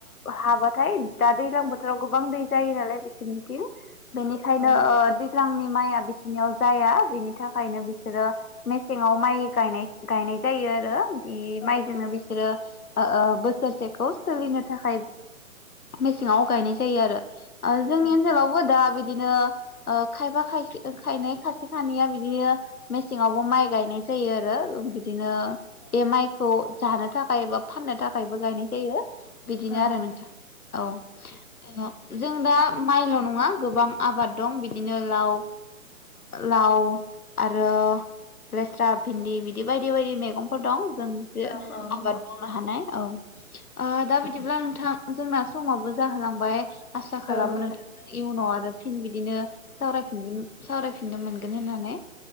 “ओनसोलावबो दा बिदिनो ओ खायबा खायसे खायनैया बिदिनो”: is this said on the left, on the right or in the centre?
Left